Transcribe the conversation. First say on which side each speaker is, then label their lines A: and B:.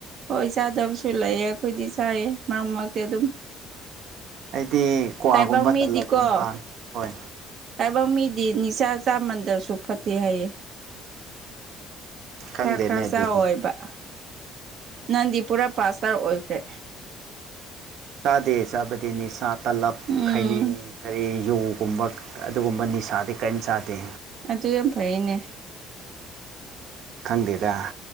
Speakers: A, on the right (about 40°); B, on the right (about 60°).
A: ꯍꯣꯏ ꯆꯥꯗꯕꯁꯨ ꯂꯩꯌꯦ ꯑꯩꯈꯣꯏꯗꯤ ꯆꯥꯏꯌꯦ ꯃꯔꯛ ꯃꯔꯛꯇ ꯑꯗꯨꯝ
B: ꯑꯩꯗꯤ ꯀ꯭ꯋꯥꯒꯨꯝꯕ
A: ꯇꯥꯏꯕꯪ ꯃꯤꯗꯤꯀꯣ
B: ꯇꯂꯞꯒꯨꯝꯕ ꯍꯣꯏ
A: ꯇꯥꯏꯕꯪ ꯃꯤꯗꯤꯅꯤꯁꯥ ꯆꯥ ꯃꯟꯗꯔꯁꯨ ꯐꯠꯇꯦ ꯍꯥꯏꯌꯦ
B: ꯈꯪꯗꯦꯅꯦ
A: ꯈꯔ ꯈꯔ
B: ꯑꯗꯨꯗꯤ
A: ꯆꯥꯎꯌꯣꯏꯕ ꯍꯥꯢꯕ ꯅꯪꯗꯤ ꯄꯨꯔꯥ ꯄꯥꯁ ꯇꯔ ꯑꯣꯏꯈ꯭ꯔꯦ
B: ꯆꯥꯗꯦ ꯆꯥꯕꯗꯤ ꯅꯤꯁꯥ ꯇꯥꯂꯞ
A: ꯎꯝ
B: ꯈꯥꯏꯅꯤ ꯀꯔꯤ ꯌꯨꯒꯨꯝꯕ ꯑꯗꯨꯒꯨꯝꯕ ꯅꯤꯁꯥꯗꯤ ꯀꯔꯤꯝ ꯆꯥꯗꯦ
A: ꯑꯗꯨ ꯌꯥꯝ ꯐꯩꯌꯦꯅꯦ
B: ꯈꯪꯗꯦꯗ